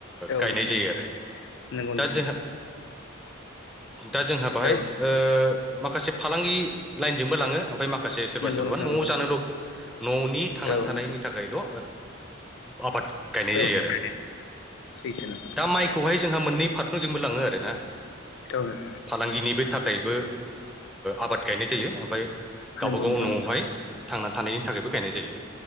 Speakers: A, on the left; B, in the centre.
A: औ
B: गायनाय
A: नोंथां
B: जायो आरो
A: नंगौ नोंथां
B: दा जोंहा
A: नंगौ
B: दा जोंहा बाहाय
A: औ नोंथां
B: ओ माखासे फालांगि लाइनजोंबो लाङो ओमफ्राय माखासे सोरबा
A: नंगौ
B: सोरबाबा
A: नोंथां
B: न'
A: नंगौ
B: जानोल' न'नि थांनानै
A: औ
B: थानायनि
A: नोंथां
B: थाखायल'ओ आबाद गायनो
A: औ
B: जायो
A: नोंथां
B: आरो
A: सैथो नोंथां
B: दा माइखौहाय जोंहा मोननै फारफ्रोमजोंबो लाङो आर ना
A: औ नोंथां
B: फालांगिनिबो थाखाय बो आबाद गायनाय जायो ओमफाय गावबा
A: नंगौ
B: गाव
A: नोंथां
B: न'आवहाय
A: नंगौ
B: थांना थानायनि थाखायबो गायनाय जायो